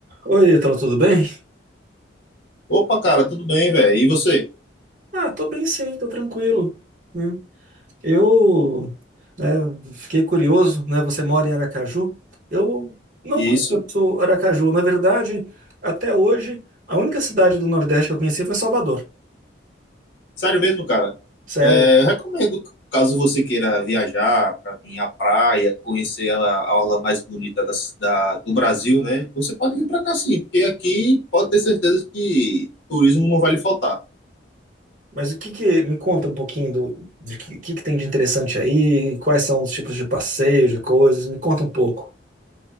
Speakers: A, on the right; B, on the left.
A: Oi, Ítalo, tudo bem?
B: Opa, cara, tudo bem, velho? E você?
A: Ah, tô bem sim, tô tranquilo, né? Eu, né, fiquei curioso, né? Você mora em Aracaju? Eu não
B: Isso.
A: conheço Aracaju. Na verdade, até hoje, a única cidade do Nordeste que eu conheci foi Salvador.
B: Sério mesmo, cara?
A: Sério.
B: É, eu recomendo, caso você queira viajar para vir à praia, conhecer ela, a orla mais bonita da, da- do Brasil, né? Você pode vir para cá sim, porque aqui pode ter certeza que turismo não vai lhe faltar.
A: Mas o que que... Me conta um pouquinho do de que, que que tem de interessante aí, quais são os tipos de passeio, de coisas. Me conta um pouco.